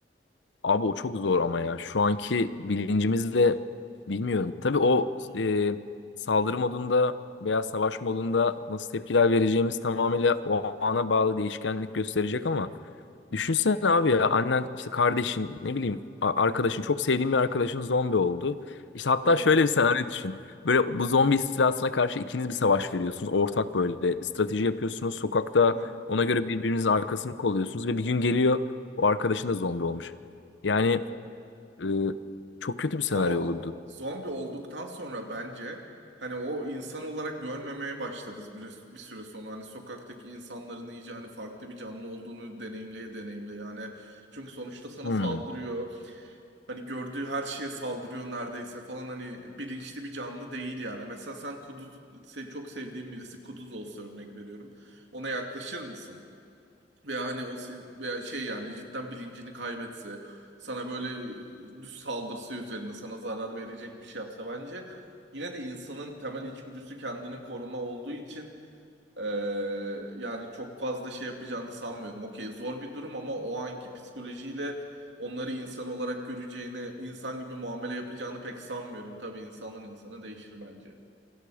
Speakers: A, on the left; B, on the right.
A: Abi o çok zor ama ya. Şu anki bilincimizle bilmiyorum. Tabii o
B: Hı hı.
A: e, saldırı modunda veya savaş modunda nasıl tepkiler vereceğimiz tamamıyla o ana bağlı değişkenlik gösterecek ama
B: Hı
A: Düşünsene
B: hı.
A: abi ya annen işte kardeşin ne bileyim a- arkadaşın çok sevdiğin bir arkadaşın zombi oldu. İşte hatta
B: Evet.
A: şöyle bir senaryo düşün. Böyle bu zombi istilasına karşı ikiniz bir savaş veriyorsunuz. Ortak böyle strateji yapıyorsunuz. Sokakta
B: Ha.
A: ona göre birbirinizin arkasını kolluyorsunuz ve bir gün geliyor o arkadaşın da zombi olmuş. Yani
B: O.
A: e, çok kötü bir senaryo
B: Ama
A: olurdu.
B: zombi olduktan sonra bence hani o insan olarak görmemeye başlarız bir, bir süre sonra. Hani sokaktaki insanların iyice hani farklı bir canlı olduğunu deneyimleye deneyimle Yani çünkü sonuçta sana
A: Hmm,
B: saldırıyor. Hani gördüğü her şeye saldırıyor neredeyse falan hani bilinçli bir canlı değil yani. Mesela sen kuduz se- çok sevdiğin birisi kuduz olsa örnek veriyorum. Ona yaklaşır mısın? Veya hani o sen- veya şey yani cidden bilincini kaybetse sana böyle düz saldırsa üzerine sana zarar verecek bir şey yapsa bence yine de insanın temel içgüdüsü kendini koruma olduğu için ee, yani çok fazla şey yapacağını sanmıyorum. Okey zor bir durum ama o anki psikolojiyle onları insan olarak göreceğini, insan gibi muamele yapacağını pek sanmıyorum. Tabii insanın insana değişir bence.